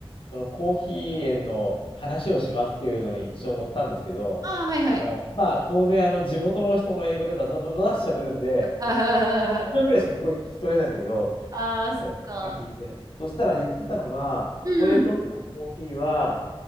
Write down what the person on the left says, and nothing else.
そのコーヒー園の話をしますっていうのに一応載ったんですけど、
あの、まあ、当然、あの、地元の人の英語でバタバタバタって喋るんで、
半分ぐらいしか聞こえ聞き取れないんだけど、
そうあ、聞いて。そしたら言ってたのが、ここで取ったコーヒーは、